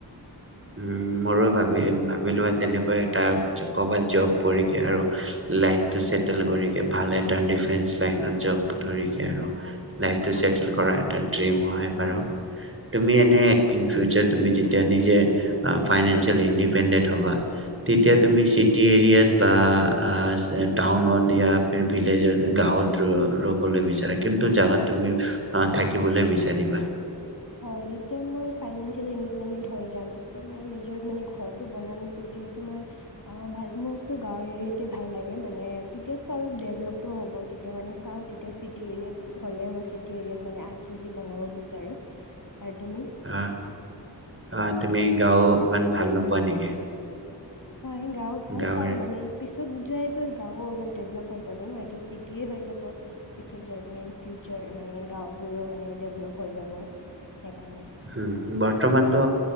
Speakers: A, on the right; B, on the left.
A: হম, মইও ভাবি ভাবিলোঁ এটা তেনেকুৱা এটা কোবত যব কৰিকে আৰু লাইফ টো সেটল কৰিকে ভাল এটা ডিফেন্স লাইন জ'ব ধৰিকে আৰু লাইফ টো সেটেল কৰাৰ এটা ড্ৰীম হয় বাৰু, তুমি এনে ইন্ ফিউচাৰ তুমি যেতিয়া নিজে অ', ফাইনেঞ্চিয়েল ইণ্ডিপেণ্ডেণ্ট হ'বা তেতিয়া তুমি চিটি এৰিয়াত বা অ', টাউন ওট দিয়া ভি ভিলেজ ওট গাওঁত ৰ'বলে বিচাৰে কিন্তু জগত তুমি থাকিবলৈ বিচাৰিব
B: হয়, যেতিয়া মই ফাইনেন্সিয়েলি ইণ্ডিপেণ্ডেণ্ট হৈ যাম তেতিয়া মই নিজৰ মানে ঘৰটো বনাম যিহেতু মই ভাল মোকতো গাঁৱ এৰিয়াতে ভাল লাগে মানে তেতিয়াতো অলপ ডেভেলপটো হ'ব তেতিয়া মানে চাওঁ তেতিয়া চিটি এৰিয়াত হ'লে মই চিটি এৰিয়াত মানে আৰ চি চি বনাব বিচাৰোঁ। আৰু তুমি
A: আহ, আহ তুমি গাওঁ ইমান ভাল নোপোৱা নেকি?
B: হয়, গাওঁ ভাল
A: গাঁৱৰ
B: পাওঁ মানে পি পিছত যায়তো গাঁওো অলপ ডেভলপ হৈ যাব ন সেইটো চিটিয়ে হৈ যাব পিছত যাই কিনে ইন ফিউচাৰ মানে গাঁওবোৰো মানে ডেভলপ হৈ যাব সেইকাৰণে
A: উম, বৰ্তমানতো